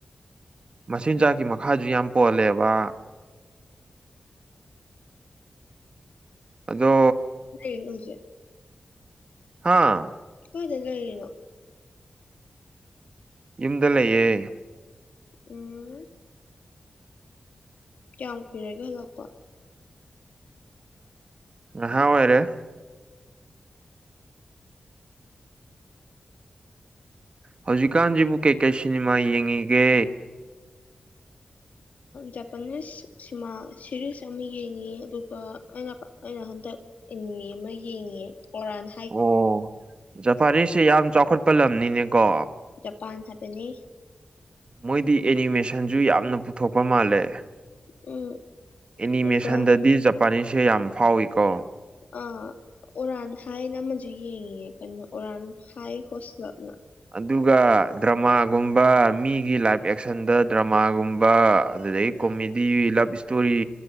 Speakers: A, on the right; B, on the left.
A: ꯃꯆꯤꯟꯖꯥꯛꯀꯤ ꯈꯥꯁꯨ ꯌꯥꯝ ꯄꯣꯜꯂꯦꯕ ꯑꯗꯣ
B: ꯁꯦ
A: ꯍꯥꯥ
B: ꯍꯣꯏꯗꯒꯒꯥꯒꯅꯣ
A: ꯏꯗ ꯂꯩꯑꯦ
B: ꯎꯝ ꯀꯌꯥꯝ ꯀꯨꯏꯔꯒꯦ ꯍꯜꯂꯛꯄ
A: ꯑꯍꯥꯎ ꯑꯣꯏꯔꯦ ꯍꯧꯖꯤꯛꯀꯥꯟꯁꯤꯕꯨ ꯀꯩ ꯀꯩ ꯁꯤꯅꯦꯃꯥ ꯌꯦꯡꯉꯤꯒꯦ
B: ꯖꯄꯅꯤꯁ ꯁꯤꯃꯥ ꯁꯤꯦꯔꯤꯁ ꯑꯃ ꯌꯦꯡꯉꯤ ꯑꯗꯨꯒ ꯑꯩꯅ ꯑꯩꯅ ꯍꯟꯗꯛ ꯏꯟꯃꯤ ꯑꯃ ꯌꯦꯡꯉꯦ ꯑꯣꯔꯥꯅ
A: ꯑꯣ ꯖꯐꯔꯤꯁꯦ ꯌꯥꯝ ꯆꯥꯎꯈꯠꯄ ꯂꯝꯅꯤꯅꯦꯀꯣ
B: ꯖꯄꯥꯟ ꯍꯥꯏꯕꯅꯤ
A: ꯃꯣꯏꯗꯤ ꯑꯦꯅꯤꯃꯦꯁꯟꯁꯨ ꯌꯥꯝꯅ ꯄꯨꯊꯣꯛꯄ ꯃꯥꯜꯂꯦ
B: ꯎꯝ
A: ꯑꯦꯅꯤꯃꯦꯁꯟꯗꯗꯤ
B: ꯑꯗꯨꯒ
A: ꯖꯄꯥꯅꯤꯁꯁꯦ ꯌꯥꯝ ꯐꯥꯎꯏꯤꯀꯣ
B: ꯑ ꯑꯣꯔꯥꯟ ꯍꯥꯏꯅ ꯑꯃꯁꯨ ꯌꯦꯡꯉꯉꯦ ꯀꯩꯅꯣ ꯑꯣꯔꯥꯟ ꯍꯥꯏ ꯍꯣꯁꯂꯞꯅ
A: ꯑꯗꯨꯒ ꯗ꯭ꯔꯃꯥꯒꯨꯝꯕ ꯃꯤꯒꯤ ꯂꯥꯏꯐ ꯑꯦꯛꯁꯟꯗ ꯗ꯭ꯔꯃꯥꯒꯨꯝꯕ ꯑꯗꯨꯗꯩ ꯀꯣꯃꯦꯗꯤ ꯂꯕ ꯏꯁꯇꯣꯔꯤ